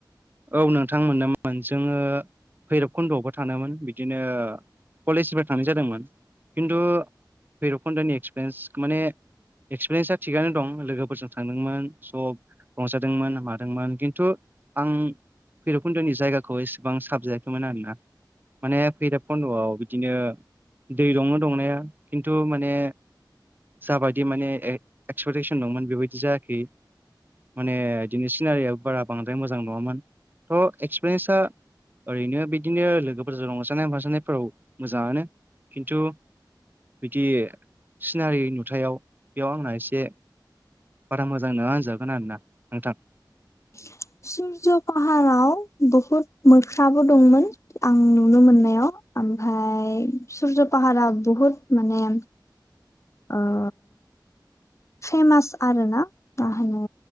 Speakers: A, on the right; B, on the left.
A: औ नोंथां मोन <inaudible> मोन जोङो भैरब खुन्द'आवबो थांदोंमोन बिदिनो कलेजनिफ्राय थानाय जादोंमोन खिन्थु भैरबखनदनि एक्सपिरियेन्स माने एक्सपिरियेन्सा थिगानो दं लोगोफोरजों थांदोंमोन स' रंजादोंमोन मादोंमोन खिन्थु आं भैर'कुन्द'नि जायगाखौ एसेबां साबजायाखैमोन आरोना। माने फैरबखन्द'आव बिदिनो दै दंनो दंनाया खिन्थु माने जाबायदि माने ए क्सपेक्टेसन दंमोन बेबायदि जायाखै। माने इदिनो सिनारियाबो बारा बांद्राय मोजां नङामोन थ' एक्सपिरियेन्सा ओरैनो बिदिनो लोगोफोरजों रंजानाय माजानायफोराव मोजाङानो खिन्थु बिदि सिनारि नुथायाव बेयाव आंना एसे बारा मोजां नङा होनजागोन आरोना नोंथां
B: <unintelligible> सुरज' फाहाराव बहुद मोख्राबो दंमोन आं नुनो मोननायाव ओमफाय सुरज' पाहारा बहुत माने ओ' फेमास आरोना मा होनो